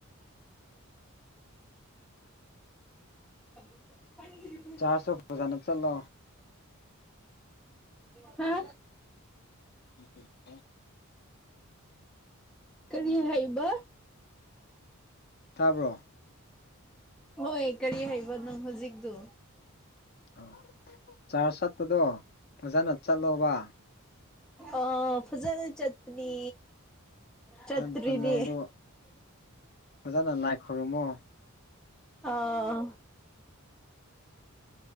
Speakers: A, in the centre; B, on the left (about 45°).
A: <unintelligible>
B: ꯆꯥꯔꯇꯣ ꯐꯖꯥꯅ ꯆꯠꯂꯣ
A: ꯍꯥ
B: ꯎꯝ <unintelligible>
A: ꯀꯔꯤ ꯍꯥꯏꯕ
B: ꯇꯥꯕ꯭ꯔꯣ
A: ꯍꯣꯏ ꯀꯔꯤ ꯍꯥꯏꯕꯅꯣ ꯍꯧꯖꯤꯛꯇꯨ
B: ꯑ ꯆꯥꯔꯖ ꯆꯠꯄꯗꯣ ꯐꯖꯅ ꯆꯠꯂꯣꯕ
A: ꯑ ꯐꯖꯅ ꯆꯠꯄꯅꯤ... ꯆꯠꯇꯔꯗꯤ
B: ꯐꯖꯅ ꯆꯠꯂꯣ ꯑꯗꯣ ꯐꯖꯅ ꯂꯥꯏ ꯈꯨꯔꯨꯝꯃꯣ
A: ꯑꯥ